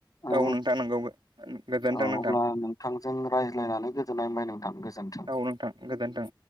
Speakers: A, on the left; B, on the right.
A: ओ
B: औ नोंथां नंगौ गोजोनथों
A: औ
B: नोंथां।
A: अब्ला नोंथांजों रायज्लायनानै गोजोननाय मोनबाय नोंथां गोजोन्थों।
B: औ नोंथां गोजोनथों।